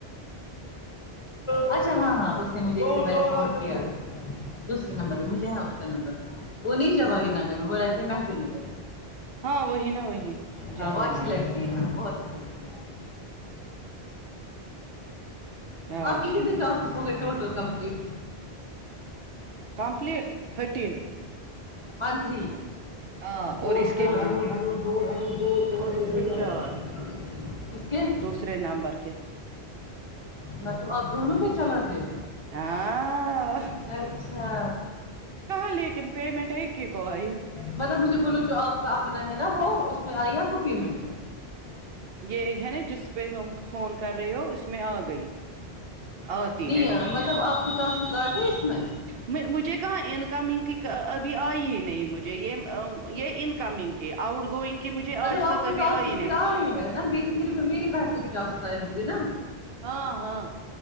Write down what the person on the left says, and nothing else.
اچھا ہاں ہاں اس نے مجھے اسی بارے فون کیا دوسرے نمبر پہ مجھے ہے اس کا نمبر وہ نہیں جواہر نگر میں وہ رہتے ہیں محجور نگر
ہاں وہ اچھی
لگتی ہے ہاں بہت اچھی لگتی
آپ کے کتنے ٹاسکس ہو گئے total complete
one three
چ
زور
ہڈو ہڈ زور ہڈ زور
<unintelligible> کس
مطلب آپ دونوں پہ چلاتے ہو
اچھا
مطلب مجھے بولو جو آپ کا اپنا ہے نا وہ ا اس میں آئی آپ کو پیمنٹ
نہیں
مطلب آپ کو ٹاسکس آگئے اس میں
مطلب
آپ
کو
ٹاسکس
آ رہے ہے نا میری میری بہن کو بھی ٹاسک آئے ہوں گے نا